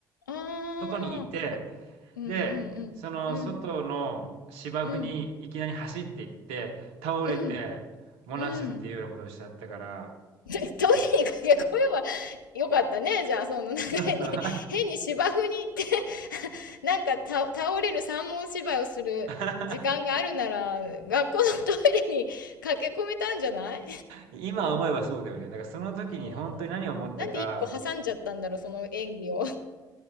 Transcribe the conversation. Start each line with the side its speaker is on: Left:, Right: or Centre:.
Left: あ、
Right: 外にいて、
Left: うんうんうん、
Right: で、その外の芝生にいきなり走っていって、
Left: うん、うん、
Right: 倒れて、
Left: うん、
Right: 漏らすっていうようなことをしちゃったから、
Left: うん。トイレに駆け込めばよかったね。じゃあ、その、なんか変に、
Right: そうそう。
Left: 変に芝生に行ってなんかた倒れる三文芝居をする時間があるなら、
Right: <laughs>
Left: 学校のトイレに駆け込めたんじゃない
Right: 今思えばそうだよね。だからその時に本当に何を思ったか、
Left: うん。なんで一個挟んじゃったんだろう、その演技を。